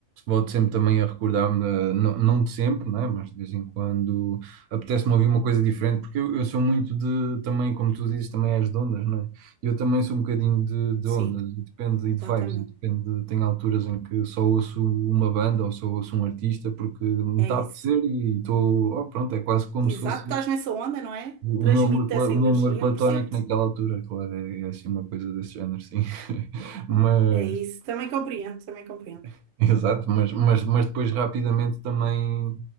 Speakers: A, on the right (about 75°); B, on the right (about 60°).
A: Volto sempre também a recordar-me, eh, não, não de sempre, né? Mas de vez em quando apetece-me
B: Sim,
A: ouvir uma coisa diferente, porque eu, eu sou muito de, também, como tu dizes, também és de ondas, não é? Eu também sou um bocadinho de, de
B: sim,
A: ondas, e depende, e de
B: completamente.
A: vibes, e depende, tem alturas em que só ouço uma banda ou só ouço um artista, porque me
B: É
A: está
B: isso.
A: a apetecer e estou, oh, pronto, é quase como se
B: Exato,
A: fosse
B: estás nessa onda, não é?
A: o
B: Transmite
A: meu amor, pla-
B: essa
A: o
B: energia,
A: meu amor platónico
B: eu percebo-te.
A: naquela altura, claro, é, é assim uma coisa desse género, sim. <laughs> mas
B: É isso, também compreendo, também compreendo.
A: <laughs> Exato, mas, mas, mas depois rapidamente também,